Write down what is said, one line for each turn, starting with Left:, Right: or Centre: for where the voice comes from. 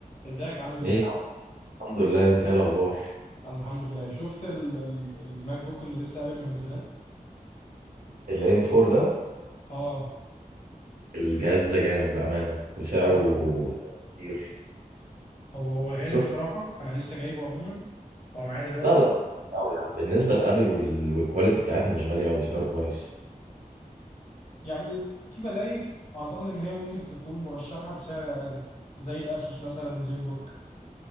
Left: ازيك عامل ايه؟
Right: ايه الحمد لله انت ايه الاخبار
Left: انا الحمد لله شفت ال ال الماك بوك اللي لسه قابل منزلاه
Right: الام 4 ده
Left: اه
Right: الجهاز ده جامد بامانه وسعره
Left: تحفة
Right: سعره كتير
Left: هو هو غالي
Right: شفت
Left: بصراحة انا لسه جايبه عموما هو معايا دلوقتي
Right: لا لا قوي يعني بالنسبه لابل وال... والكواليتي بتاعتها مش غاليه قوي سعره كويس
Left: يعني في بدايل اعتقد ان هي ممكن تكون مرشحة بسعر اقل زي الاسوس مثلا زين بوك